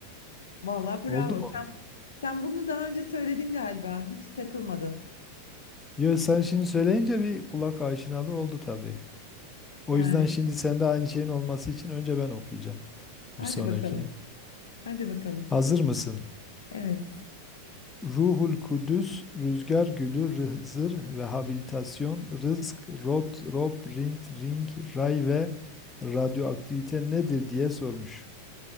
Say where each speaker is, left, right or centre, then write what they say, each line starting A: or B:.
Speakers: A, on the left; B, on the left.
A: Vallahi bravo.
B: Oldu mu?
A: Sen, sen bunu daha önce söyledin galiba. Hiç takılmadın.
B: Yo, sen şimdi söyleyince bir kulak aşinalığı oldu tabii. O
A: Yani
B: yüzden şimdi sende aynı şeyin olması için önce ben okuyacağım
A: hadi
B: bir sonrakini.
A: bakalım. Hadi bakalım.
B: Hazır mısın?
A: Evet.
B: Ruhul Kudüs, Rüzgar Gülü, Rızır, Rehabilitasyon, Rızk, Rot, Rob, Rint, Ring, Ray ve Radyoaktivite nedir diye sormuş.